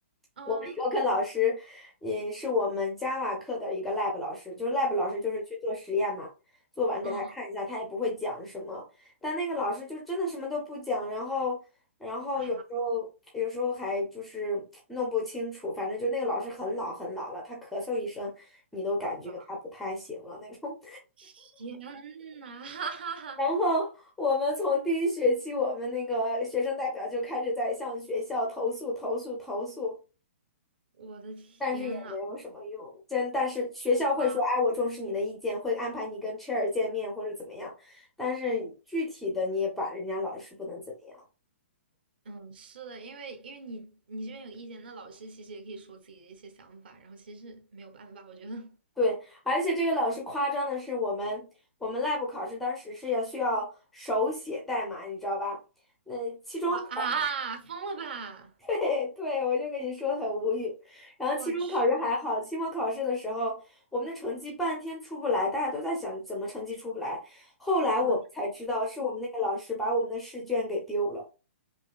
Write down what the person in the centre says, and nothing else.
我们有个老师，也是我们 Java 课的一个 lab 老师，就是 lab 老师就是去做实验嘛，做完给他看一下，
他也不会讲什么，但那个老师就真的什么都不讲，然后然后有时候有时候还就是弄不清楚，
反正就那个老师很老很老了，他咳嗽一声，你都感觉他不太行了那种。
然后我们从第一学期，我们那个学生代表就开始在向学校投诉、投诉、投诉，
但是也没有什么用。但但是学校会说，
哎，我重视你的意见，会安排你跟 chair 见面或者怎么样。但是具体的你也把人家老师不能怎么样。
对，而且这个老师夸张的是，我们我们 lab 考试当时是要需要手写代码，你知道吧？那期中考。
对，对我就跟你说很无语。然后期中考试还好，
期末考试的时候，我们的成绩半天出不来，大家都在想怎么成绩出不来。后来我们才知道，
是我们那个老师把我们的试卷给丢了。